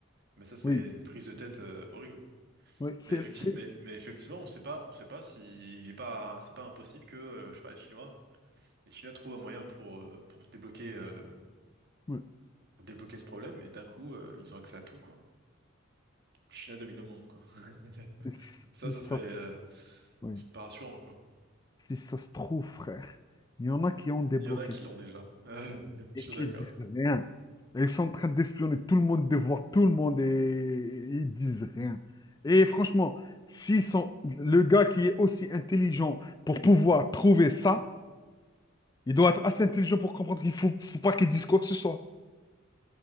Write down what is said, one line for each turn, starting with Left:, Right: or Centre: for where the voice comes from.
Right: Mais ça, c'est
Left: oui,
Right: une prise de tête euh, horrible.
Left: oui. C'est,
Right: Mais effectivement,
Left: c'est-
Right: mais, mais effectivement, on sait pas, on sait pas si il est pas, c'est pas impossible que, euh, je sais pas, les Chinois, les Chinois trouvent un moyen pour euh, pour débloquer euh,
Left: oui.
Right: pour débloquer ce problème, et d'un coup, euh, ils ont accès à tout, quoi. Les Chinois dominent le monde, quoi. <laughs>
Left: Si
Right: Ça, ce
Left: ça,
Right: serait, euh,
Left: oui.
Right: c'est pas rassurant, quoi.
Left: Si ça se trouve, frère, il y en a qui ont débloqué
Right: Il y en a qui
Left: ça.
Right: l'ont déjà. <laughs> Je suis
Left: Et qui
Right: d'accord.
Left: disent rien. Ils sont en train d'espionner tout le monde, de voir tout le monde et ils disent rien. Et franchement, s'ils sont le gars qui est aussi intelligent pour pouvoir trouver ça, il doit être assez intelligent pour comprendre qu'il faut, faut pas qu'il dise quoi que ce soit.